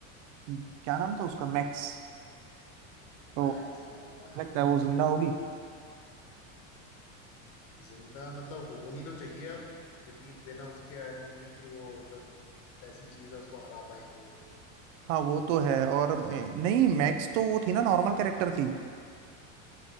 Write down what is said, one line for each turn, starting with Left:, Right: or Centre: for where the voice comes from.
Right: क्या नाम था उसका मैक्स तो
Left: मैक्स हाँ मैक्स
Right: लगता है वो जिंदा होगी
Left: जिंदा मतलब होनी तो चाहिए अब क्योंकि बिना उसके आई डोंट थिंक कि वो जो ऐसी चीज है उसको हरा पाएंगे वो लोग
Right: हाँ वो तो है और मे- नहीं मैक्स तो वो थी ना नॉर्मल कैरेक्टर थी